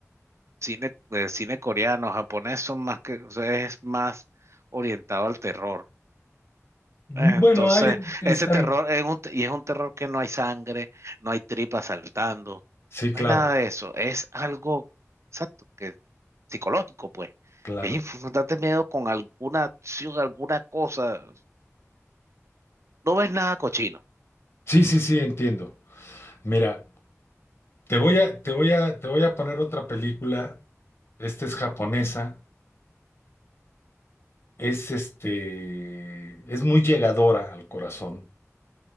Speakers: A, on the right; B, on the left.
A: cine, el cine coreano, japonés son más que, o sea, es más orientado al terror.
B: mm,
A: Eh, Entonces,
B: bueno, ahí están.
A: ese terror es un, y es un terror que no hay sangre, no hay tripas saltando,
B: Sí, claro,
A: no hay nada de eso. Es algo, exacto, que psicológico, pues.
B: claro.
A: Es infundarte miedo con alguna acción, alguna cosa. No ves nada cochino.
B: Sí, sí, sí, entiendo. Mira, te voy a, te voy a, te voy a poner otra película. Esta es japonesa. es este, es muy llegadora al corazón,